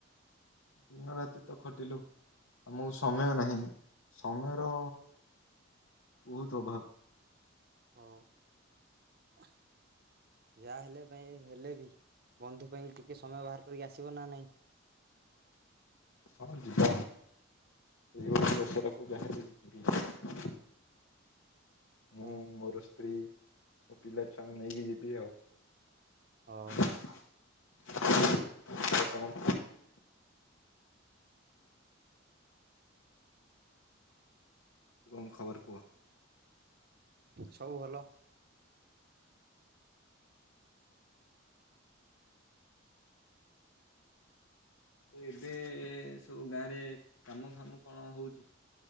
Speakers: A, on the left; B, on the right.
A: ଦିନ ରାତି ତ ଖଟିଲୁ ଆମକୁ ସମୟ ନାହିଁ ସମୟର ବହୁତୁ ଅଭାବ।
B: ହଉ। <inaudible> <unintelligible> ଯାଆ ହେଲେ ପାଇଁ ହେଲେ ବି ବନ୍ଧୁ ପାଇଁ ଟିକେ ସମୟ ବାହାର କରିକି ଆସିବ ନା ନାଇଁ।
A: ହଁ ଯିବା। <unintelligible> ଯାହେଲେ ଯିବି।
B: <inaudible>
A: ମୁଁ
B: ହଁ।
A: ମୋର ସ୍ତ୍ରୀ ମୋ ପିଲା ଛୁଆ ଙ୍କୁ ନେଇକି ଯିବି ଆଉ।
B: ହଉ।
A: <unintelligible> ତମ କଂ ଖବର କୁଅ।
B: ସବୁ ଭଲ। <inaudible>
A: ଓ ଏବେ ସବୁ ଗାଁରେ କାମ ଫାମ କଣ ହଉଛି।